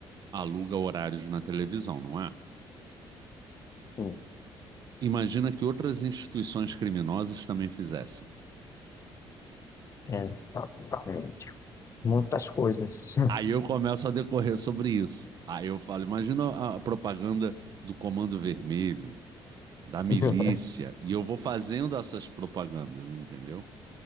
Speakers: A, on the right (about 50°); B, on the left (about 35°).
A: aluga horários na televisão, não é?
B: Sim,
A: Imagina que outras instituições criminosas também fizessem.
B: exatamente. Muitas coisas.
A: Aí eu começo a decorrer sobre isso. Aí eu falo, imagina a a propaganda do Comando Vermelho, da milícia,
B: <laughs>
A: e eu vou fazendo essas propagandas, entendeu?